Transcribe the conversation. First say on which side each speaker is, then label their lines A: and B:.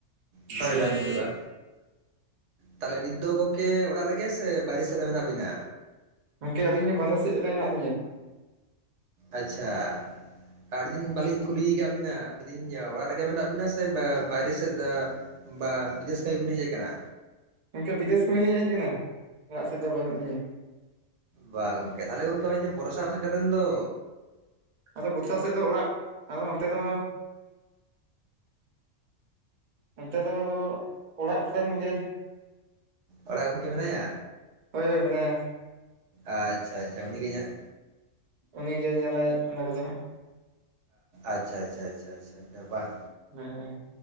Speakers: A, on the right (about 70°); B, on the right (about 50°).
A: ᱫᱤᱥᱟᱹ
B: ᱦᱳᱭ
A: ᱵᱟᱝ
B: ᱦᱳᱭ
A: ᱦᱤᱡᱩᱜᱼᱟ ᱛᱟᱦᱚᱞᱮ ᱱᱤᱛ ᱫᱚ ᱜᱚᱝᱠᱮ ᱚᱲᱟᱜ ᱨᱮᱜᱮ ᱥᱮ ᱵᱟᱦᱨᱮ ᱥᱮᱫ ᱨᱮ ᱢᱮᱱᱟᱜ ᱵᱤᱱᱟ
B: ᱜᱚᱝᱠᱮ ᱟᱹᱞᱤᱧ ᱦᱚᱸ ᱵᱟᱦᱨᱮ ᱥᱮᱫ ᱨᱮ ᱢᱮᱱᱟᱜ ᱞᱤᱧᱟ
A: ᱟᱪᱷᱟ ᱟᱰᱤ ᱫᱤᱱ ᱵᱟᱹᱞᱤᱧ ᱠᱩᱞᱤ ᱟᱠᱟᱫ ᱵᱤᱱᱟ ᱢᱮᱱ ᱤᱫᱟᱹᱧ ᱚᱲᱟᱜ ᱨᱮᱜᱮ ᱢᱮᱱᱟᱜ ᱵᱤᱱᱟ ᱥᱮ ᱵᱟᱦᱨᱮ ᱥᱮᱫ ᱵᱟ ᱵᱤᱫᱮᱥ ᱠᱟᱹᱢᱤ ᱵᱤᱱ ᱦᱮᱡ ᱟᱠᱟᱱᱟ
B: ᱜᱚᱝᱠᱮ ᱵᱤᱫᱮᱥ ᱠᱟᱹᱢᱤ ᱞᱤᱧ ᱦᱮᱡ ᱟᱠᱟᱱᱟ ᱚᱲᱟᱜ ᱥᱮᱫ ᱨᱮᱫᱚ ᱵᱟᱹᱱᱩᱜ ᱞᱤᱧᱟᱹ
A: ᱵᱟ ᱜᱚᱝᱠᱮ ᱛᱟᱦᱚᱞᱮ ᱜᱚᱢᱠᱮ ᱵᱚᱨᱥᱟ ᱦᱚᱸ ᱥᱮᱴᱮᱨᱮᱱ ᱫᱚ
B: ᱟᱫᱚ ᱵᱚᱨᱥᱟ ᱥᱮᱫ ᱫᱚ ᱚᱲᱟᱜ ᱟᱫᱚ ᱚᱱᱛᱮ ᱫᱚ ᱚᱱᱛᱮ ᱫᱚ ᱟᱫᱚ ᱚᱲᱟᱜ ᱠᱷᱚᱡᱟᱝ ᱱᱤᱡᱮ
A: ᱚᱲᱟᱜ ᱜᱚᱝᱠᱮ ᱢᱮᱱᱟᱭᱟ
B: ᱦᱳᱭ ᱦᱳᱭ ᱢᱮᱱᱟᱭᱟ
A: ᱟᱪᱷᱟ ᱟᱪᱷᱟ ᱩᱱᱤᱜᱮ ᱤᱧᱟᱹᱜ
B: ᱩᱱᱤ ᱜᱮ ᱧᱮᱞᱟᱭ ᱚᱱᱟ ᱠᱚᱫᱚ ᱦᱟᱜ
A: ᱟᱪᱷᱟ ᱟᱪᱷᱟ ᱟᱪᱷᱟ ᱵᱟᱦ
B: ᱦᱮᱸ